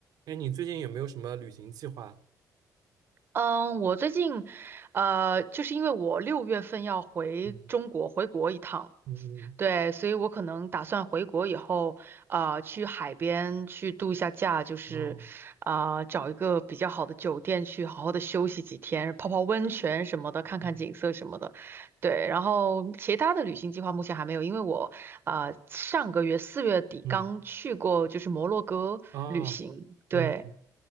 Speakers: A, on the right; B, on the right.
A: 哎，你最近有没有什么旅行计划？
B: 嗯，我最近，呃，就是因为我六月份要回中国，
A: 嗯
B: 回国一趟，
A: 嗯
B: 对，所以我可能打算回国以后，呃，去海边去度一下假，就是，
A: 哦
B: 呃，找一个比较好的酒店去好好的休息几天，泡泡温泉什么的，看看景色什么的，
A: 嗯
B: 对。然后其他的旅行计划目前还没有，因为我，呃，上个月四月底刚去过就是摩洛哥旅行，
A: 嗯哦嗯，
B: 对。